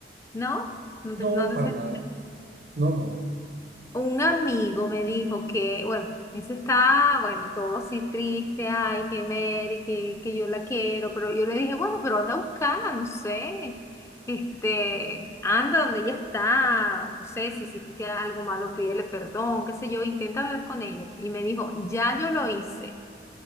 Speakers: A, on the left; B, on the right.
A: ¿no? No,
B: no,
A: te- no se
B: para
A: sentía.
B: nada, no, no.
A: Un amigo me dijo que, bueno, ese está, bueno, todo así triste, ay, que Mary, que, que yo la quiero, pero yo le dije, bueno, pero anda a buscarla, no sé, este, anda donde ella está, no sé, si hiciste algo malo, pídele perdón, qué sé yo, intenta hablar con ella. Y me dijo, ya yo lo hice.